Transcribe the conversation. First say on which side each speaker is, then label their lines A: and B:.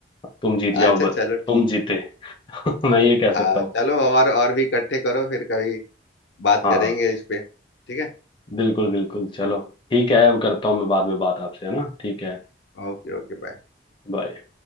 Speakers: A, on the left (about 30°); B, on the left (about 75°).
A: तुम जीत जाओ
B: अच्छा
A: बस
B: चलो
A: तुम
B: ठीक
A: जीते
B: है
A: <laughs> मैं ये कह
B: हाँ
A: सकता हूँ
B: चलो और और भी इकट्ठे करो फिर कभी बात
A: हाँ
B: करेंगे इस पे ठीक है
A: बिल्कुल बिल्कुल चलो ठीक है अब करता हूँ मैं बाद में बात आपसे है ना ठीक है
B: Okay okay bye.
A: बाय